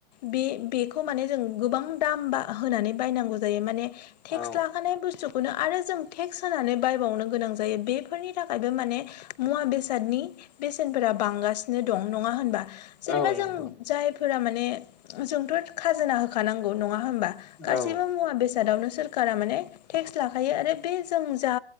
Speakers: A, on the left; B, in the centre.
A: बे बेखौ माने जों गोबां दाम बा होनानै बायनांगौ जायो माने टेक्स
B: औ
A: लाखानाय बुस्थुखौनो आरो जों टेक्स होनानै बाय बायबावनो गोनां जायो बेफोरनि थाखायबो माने मुवा बेसादनि बेसेनफोरा बांगासिनो दं नङा होनबा जेनेबा
B: औ
A: जों
B: नंगौ
A: जायफोरा माने जोंथ' खाजोना होखानांगौ नङा होमबा गासैबो
B: औ
A: मुवा बेसादावनो सोरखारा माने टेक्स लाखायो आरो बे जों जा